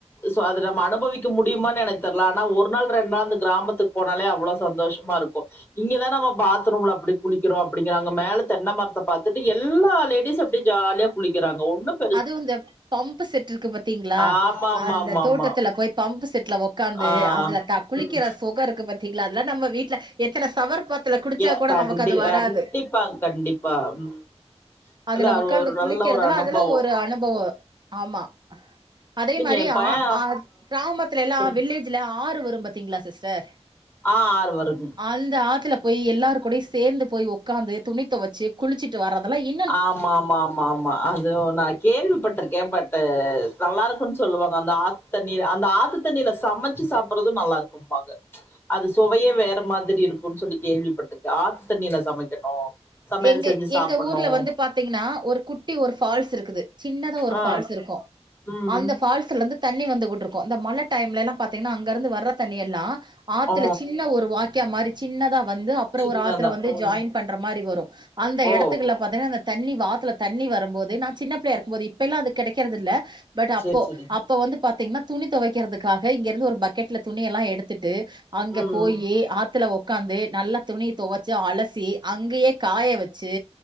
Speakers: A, on the left (about 20°); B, on the right (about 40°).
A: சோ அது நம்ம அனுபவிக்க முடியமானு எனக்கு தெர்ல ஆனா ஒரு நாள் ரெண்டு நாள் அந்த கிராமத்துக்கு போன னாலே அவ்ளோ சந்தோஷமாருக்கு இங்கதா நம்ம பாத்ரூம்ல அப்டி குளிக்கிறோ அப்டிங்கராங்க மேல தென்ன மரத்த பாத்துட்டு எல்லா லேடிஸு அப்டி ஜாலியா குளிக்கறாங்க ஒன்னும்
B: அதுவு இந்த பம்பு செட் ருக்கு பாத்திங்களா
A: ஆமாமாமாமா
B: அந்த தோட்டத்துல போய் பம்பு செட்ல ஒக் காந்து
A: ஆ
B: அதுல தா குளிக்கிற
A: ம்
B: சொகொ இருக்கு பாத்திங்களா அதுலா நம்ம வீட்ல எத்தன சவர் ஃபாத்ல குடிச்சா
A: எ
B: கூட
A: கண்டி
B: நமக்கு அது வராது
A: கண்டிப்பாங் கண்டிப்பா ம்
B: அதுல
A: இல்ல அது
B: ஒக்காந்து
A: ஒரு
B: குளிக்கறதலா
A: நல்ல ஒரு அனுபவோ
B: அதெல்லா ஒரு அனுபவொ ஆமா அதே
A: இல்லைங்க
B: மாரி
A: எ
B: ஆ
A: பைய
B: ஆ கிராமத்துலெல்லா
A: சொல்
B: வில்லேஜ்ல ஆறு வரும் பாத்தீங்களா சிஸ்டர்
A: ஆ ஆறு வருதுங்
B: அந்த ஆத்துல போய் எல்லாரு கூடையு சேந்து போய் ஒக்காந்து துணி தொவச்சு குளிச்சு ட்டு வர்றதுல்லா இப்
A: ஆமாமாம் மாமா அது நா கேள்விப்பட்டிருக்கே பட்டு நல்லா இருக்குன் சொல்லுவாங்க அந்த ஆத் தண்ணீரு அந்த ஆத்து தண்ணில சமைச்சு சாப்படுறது நல்லா இருக்கும்பாங்க அது சுவையே வேற மாதிரி இருக்குன்னு சொல்லி கேள்விப்பட்டிருக்கே ஆத்து தண்ணில சமைக்கணு சமையல்
B: எங்க
A: செஞ்சு சாப்பிடணு.
B: எங்க ஊர்ல வந்து பாத்தீங்கன்னா ஒரு குட்டி ஒரு ஃபால்ஸ் இருக்குது சின்னதா ஒரு
A: ஆ
B: ஃபால்ஸ் இருக்கு
A: ம்
B: அந்த ஃபால்ஸ்லந்து தண்ணி வந்துக்குட்டுருக்கு இந்த மழ டைம்லல்லா பாத்தீங்ன்னா அங்க இருந்து வர்ற தண்ணி எல்லா ஆத்துல
A: ஓ
B: சின்ன ஒரு வாக்கியா மாரி சின்னதா வந்து அப்பறோ
A: சின்னதா
B: ஒரு ஆத்துல வந்து
A: ம்
B: ஜாயின் பண்ற மாரி வரு அந்த
A: ஓ
B: எடத்துக்குள பாத்தென்னா அந்த தண்ணி வாத்துல தண்ணி வரும் போதே நா சின்னப் புள்ளயா இருக்கும்போது இப்ப எல்லா அது கெடைக்கிறதுல்ல பட் அப்போ
A: சரி சரிங்க.
B: அப்போ வந்து பாத்தீங்ன்னா துணி தொவைக்கிறதுக்காக இங்க இருந்து ஒரு பக்கெட்ல துணி எல்லா எடுத்துட்டு அங்க
A: ம்
B: போயி ஆத்துல உக்காந்து நல்ல துணி தொவச்சு அலசி அங்கேயே காய வச்சு